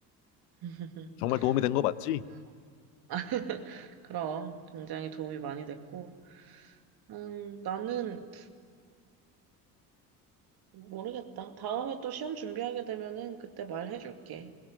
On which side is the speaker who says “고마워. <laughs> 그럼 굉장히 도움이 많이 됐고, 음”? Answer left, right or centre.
Right